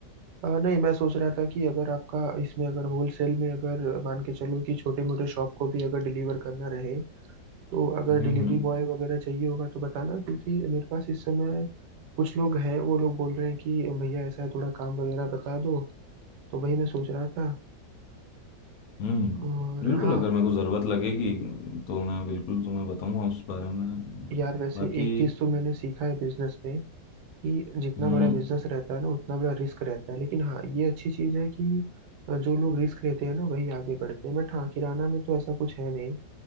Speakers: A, on the right; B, on the left.
A: अ, नहीं मैं सोच रहा था कि अगर आपका इसमें अगर होलसेल में अगर मान के चलो कि छोटे मोटे शॉप को भी अगर डिलीवर करना रहे तो अगर
B: हम्म
A: डिलीवरी
B: हम्म
A: बॉय वगैरह चाहिए होगा तो बताना क्योंकि मेरे पास इस समय कुछ लोग हैं वो लोग बोल रहे हैं कि भैया ऐसा है थोड़ा काम वगैरह बता दो तो वही मैं सोच रहा था
B: हम्म,
A: और
B: बिल्कुल
A: हाँ
B: अगर मेरे को ज़रूरत लगेगी तो मैं बिल्कुल तुम्हें बताऊंगा उस बारे में
A: यार वैसे
B: बाकी
A: एक चीज तो मैंने सीखा है बिजनेस में कि जितना
B: हम्म
A: बड़ा बिजनेस रहता है ना उतना बड़ा रिस्क रहता है लेकिन हाँ ये अच्छी चीज है कि जो लोग रिस्क लेते हैं ना वही आगे बढ़ते हैं बट हाँ किराना में तो ऐसा कुछ है नहीं